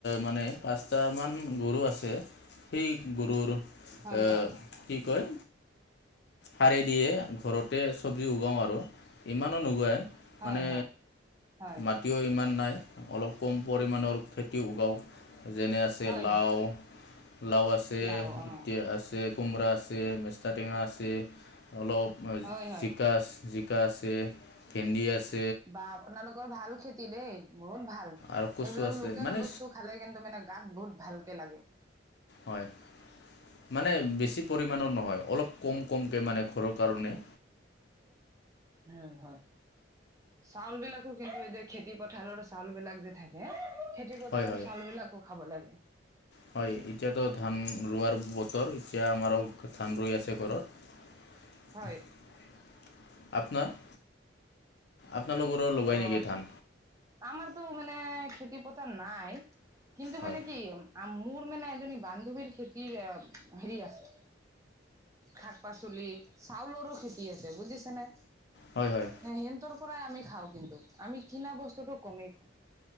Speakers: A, on the left; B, on the right.
A: মানে পাঁচটামান গৰু আছে। সেই গৰুৰ।
B: হয়
A: আহ
B: হয়
A: কি কয় স়ি দিয়ে ঘৰত। চব্জি উগাওঁ আৰু ইমানো নুগায়
B: হয়
A: মানে
B: হয় হয়
A: মাটিও ইমান নাই। অলপ কম পৰিমণৰ খেতি কৰুও। যেনে আছে
B: হয়
A: লাও
B: হয়
A: লাও আছে
B: লাও অ
A: এতিয়া আছে। কোমৰা আছে মেষ্টা টেঙা আছে অলপ
B: হয় হয়
A: জিকা আ। জিকা আছে ভেন্দি আছে।
B: বা আপোনালোকৰ ভাল খেতি দেই। বহুত ভাল
A: আৰু কচু
B: এইবিলাক
A: আছে
B: লোকেল
A: মানে
B: বস্তু খালে কিন্তু মানে গাত বহুত ভালকে লাগে।
A: বেছি পৰিৰ ন অল ম। ঘৰৰ কাৰণে।
B: হয় হয়। চাউল বিলাকো কিন্তু এই যে খেতি পথাৰৰ চাউল বিলাক যে থাকে। খেতি কথাৰৰ
A: হয় হয়
B: চাল বিলাকো খাব লাগে।
A: হয় এতিয়াতো ধান ৰোৱাৰ বতৰ। এতিয়া আমাৰ ধান ৰই আছে ঘৰত
B: হয়
A: আপোনাৰ। আপোনালোকৰো লগাই
B: অ
A: নেকি ধান
B: আমাৰতো মানে খেতিপথাৰ নাই। কিন্তু
A: হয়
B: মানে কি। মোৰ মানে এজনী বান্ধৱীৰ খেতিৰ হেৰি আছে। শাক পাচলি চাউলৰো খেতি আছে বুজিছেনে।
A: হয় হয়
B: হ সিতৰ পৰাই আমি খাওঁ কিন্তু আমি কিনাা বস্তুটো কমেই খাওঁ।